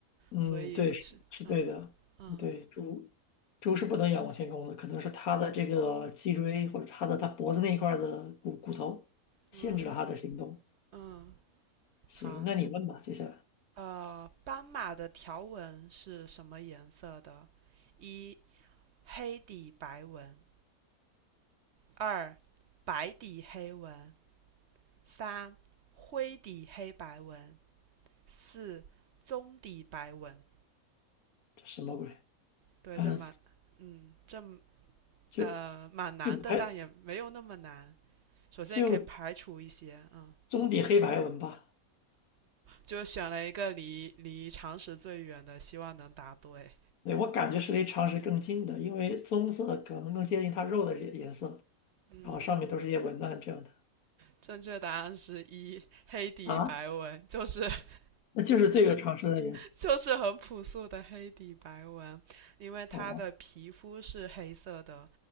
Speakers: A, on the left; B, on the right.
A: 嗯，
B: 所以是嗯嗯
A: 对，是是对的，对，猪猪是不能仰望天空的，可能是它的这个脊椎或者它的它脖子那一块儿的骨骨头限制了它的行动。
B: 嗯嗯，
A: 行，
B: 好，
A: 那你问吧，接下来
B: 呃，斑马的条纹是什么颜色的？一黑底白纹，二白底黑纹，三灰底黑白纹，四棕底白纹。
A: 这什么鬼？
B: 对，
A: 嗯，
B: 这蛮，嗯，这
A: 就
B: 呃蛮难的，
A: 就白
B: 但也没有那么难。首先，
A: 就
B: 你可以排除一些，嗯，
A: 棕底黑白纹吧。
B: 就选了一个离离常识最远的，希望能答对。
A: 对，我感觉是离常识更近的，因为棕色可能更接近它肉的颜颜色，
B: 嗯，
A: 然后上面都是一些文案这样的
B: 正确答案是一黑底白纹，
A: 啊，
B: 就是 <laughs>
A: 那就是这个常识的颜色，
B: 就是很朴素的黑底白纹，因为它的皮肤是黑色的，
A: 好吧，